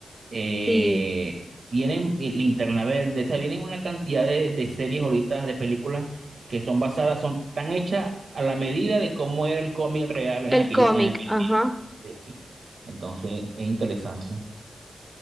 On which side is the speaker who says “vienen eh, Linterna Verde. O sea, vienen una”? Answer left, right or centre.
Right